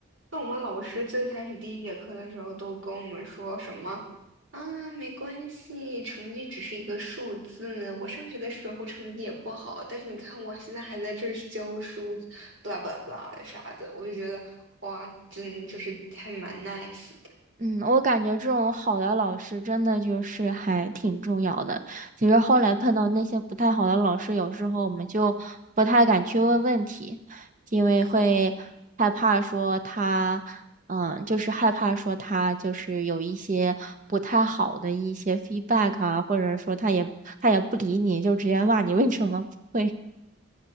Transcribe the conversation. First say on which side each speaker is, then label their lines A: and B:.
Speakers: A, on the right; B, on the right.
A: 那我们老师最开始第一节课的时候都跟我们说什么啊，没关系，成绩只是一个数字。我上学的时候成绩也不好，但是你看我现在还在这儿教书，巴拉巴拉不啦的啥的，我就觉得哇，真就是还蛮 nice 的。
B: 嗯，我感觉这种好的老师真的就是还挺重要的。其实后来碰到那些不太好的老师，有时候我们就不太敢去问问题，因为会害怕说他，嗯，就是害怕说他就是有一些不太好的一些 feedback 啊，或者说他也他也不理你，就直接骂你为什么不会。